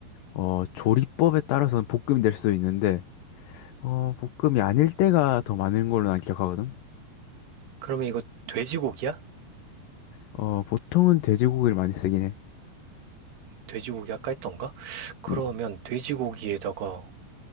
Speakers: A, on the left; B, on the right.
A: 어, 조리법에 따라서는 볶음이 될 수도 있는데, 어, 볶음이 아닐 때가 더 많은 걸로 난 기억하거든?
B: 그러면 이거 돼지고기야?
A: 어, 보통은 돼지고기를 많이 쓰긴 해.
B: 돼지고기 아까 했던가? 그러면
A: 음.
B: 돼지고기에다가